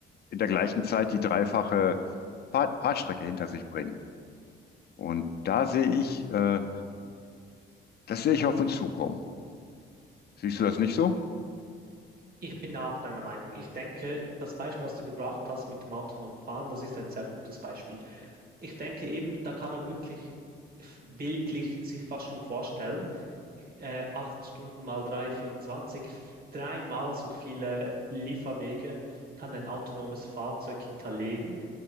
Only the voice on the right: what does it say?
Ich bin auch deiner Meinung. Ich denke, das Beispiel, was du gebracht hast mit dem autonomen Fahren, das ist ein sehr gutes Beispiel. Ich denke eben, da kann man wirklich f- bildlich sich fast schon vorstellen, ich, äh, acht Stunden mal drei, 24, f- dreimal so viele Lieferwege kann ein autonomes Fahrzeug hinterlegen